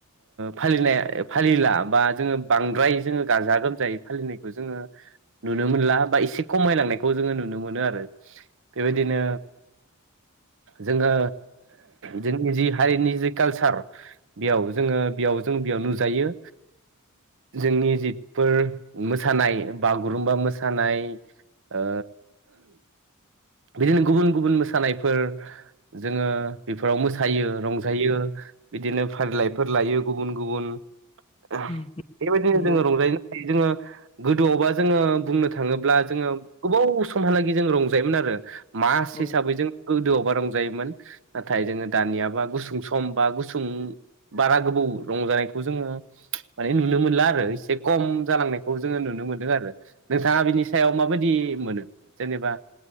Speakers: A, on the right; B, on the left.
A: फालिनाय फालिला बा जोङो बांद्राय जोङो गाजा गोमजायै फालिनायखौ जोङो नुनो मोनला बा एसे खमायलांनायखौ जोङो नुनो मोनो आरो बेबायदिनो जोङो जोंनि जि हारिनि जि कालसार बेयाव जोङो बेयाव जों बेयाव नुजायो जोंनि जिफोर मोसानाय बागुरुमबा मोसानाय ओ बिदिनो गुबुन गुबुन मोसानायफोर जोङो बेफोराव मोसायो रंजायो बिदिनो फारिलाइफोर लायो गुबुन गुबुन बेबायदिनो
B: उम नंगौ
A: जोङो रंजायोनो हायो जोङो गोदोआवबा जोङो बुंनो था थाङोब्ला जोङो गोबाव सम सममहालागै जों रंजायोमोन आरो <inaudible> मास
B: औ
A: हिसाबै जों गोदोआवबा रंजायोमोन नाथाय जोङो दानियाबा गुसुं सम बा गुसुं बारा गोबौ रंजानायखौ जोङो माने नुनो मोनला आरो एसे खम जालांनायखौ जोङो नुनो मोनदों आरो नोंथाङा बिनि सायाव माबायदि मोनो जेनेबा